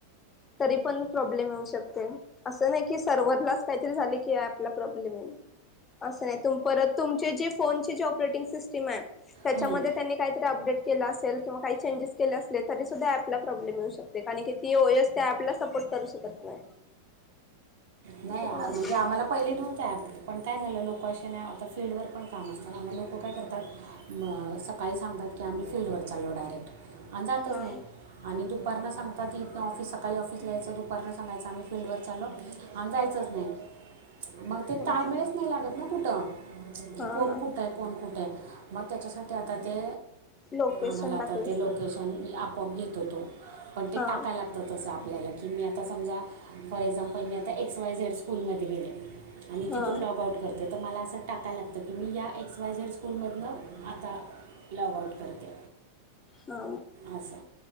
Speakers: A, on the left; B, on the right.
A: तरी पण प्रब्लेम येऊ शक अस नाही की सर्वरलाच काहीतरी झाले की आपला प्रॉब्लेम आहे असं नाही त परत तुमचे जी फोनची जे ऑपरेटिंग सिस्टीम आहे त्याच्यामध्ये
B: हं.
A: त्यांनी काहीतरी अपडेट केलं असेल किंवा काही चेंजेस केले असले तरी सुद्धा पला प्रॉब्लेम मिळऊ शकते कार की ती ओ एस ते आपला सपोर्ट करू शकत नाही
B: नाही
A: असं पण असू
B: म्हणजे
A: शकतं
B: आम्हाला पहिले नव्हते पण काय झालं लोके नाही आता फीलल्डवर पण काम असतात आम लोक काय करतात सकाळी सांगतात की आम्ही फीलल्डवर चालो डायेक्ट आणि जातच
A: हा
B: नाही आणि दुपारन सांगत तीथ ऑफिस सकाळी ऑफिसला यायचं दुपारला सांगायचं आम्ही फील्डवर चालो आणि जायचंच नाही मग ते
A: हम्म
B: ताळमेळच
A: हम्म
B: नाही लागत ना कुठं कि
A: हा
B: कोण
A: हा
B: कुठे आहे कोण कुठे आहे मग त्याच्यासाठी आता ते
A: लोकेशन
B: आम्हाला आता
A: टाकलंस
B: ते लोकेशन
A: तर
B: आपआप घेत होतो पण ते
A: हा
B: टाकायला लागतं तसं आपल्याला की मी आता समजा फॉर एक्झाम्पल मी आता एक एक्स वाय झेड स्कूलमध्ये गेले आणि
A: हा
B: तिथून लॉगआउट करते तर मला असं टाकायला लागतं की मी या एक्स वायझेड स्कूलमधनं आता लॉगआउट करते
A: हा
B: असं